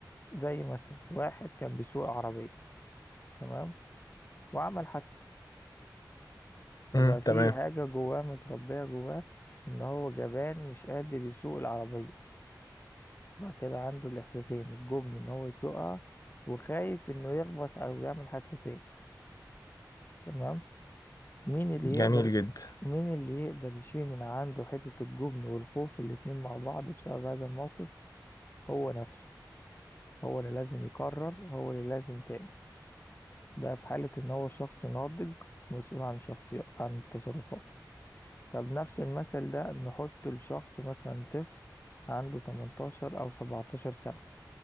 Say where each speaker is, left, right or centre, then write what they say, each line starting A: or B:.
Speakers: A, on the left (about 30°); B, on the left (about 55°).
A: زي مثلا واحد كان بيسوق عربية تمام وعمل حادثة فبقى
B: مم.
A: في
B: تمام
A: حاجة جواه متربية جواه ان هو جبان مش قادر يسوق العربية بعد كده عنده الإحساسين الجبن إن هو يسوقها وخايف إنه يخبط أو يعمل حادثتين تمام مين اللي
B: جميل
A: يقدر
B: جدا
A: مين اللي يقدر يشيل من عنده حتة الجبن والخوف الاتنين مع بعض بسبب هذا الموقف هو نفسه هو اللي لازم يقرر هو اللي لازم يتعمل ده في حالة إن هو شخص ناضج مسؤول عن شخصية عن تصرفاته طب نفس المثل ده نحطه لشخص مثلا طفل عنده 18 أو 17 سنة